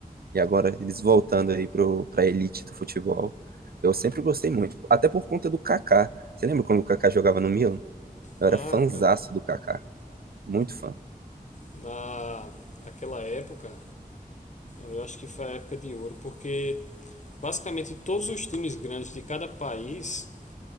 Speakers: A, on the right; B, on the left.
A: e agora eles voltando aí para a elite do futebol. Eu sempre gostei muito, até por conta do Kaká. Você lembra quando o Kaká jogava no Milan? Eu
B: Ah,
A: era fanzaço
B: cara,
A: do Kaká, muito fã.
B: na aquela época, eu acho que foi a época de ouro, porque basicamente todos os times grandes de cada país